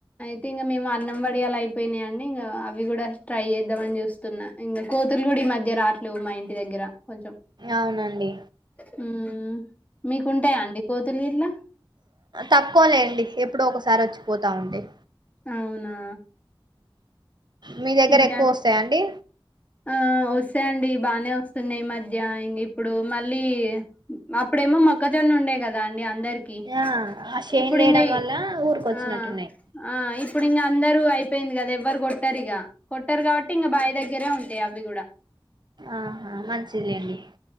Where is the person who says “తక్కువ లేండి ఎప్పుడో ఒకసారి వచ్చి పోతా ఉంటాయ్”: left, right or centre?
Right